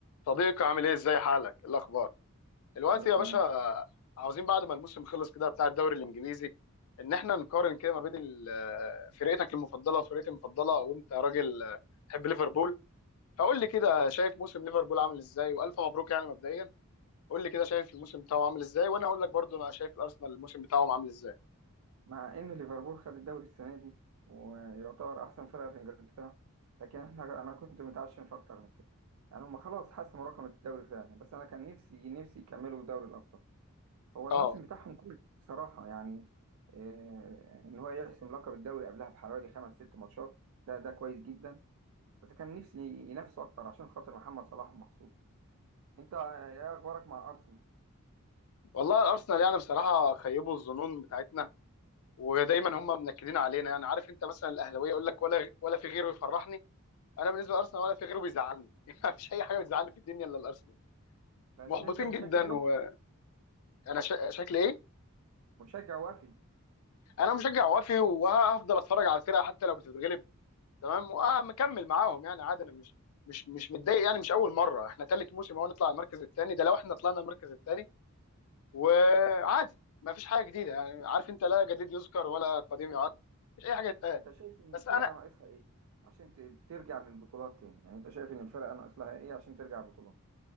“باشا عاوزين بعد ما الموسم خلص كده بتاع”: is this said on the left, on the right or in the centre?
Left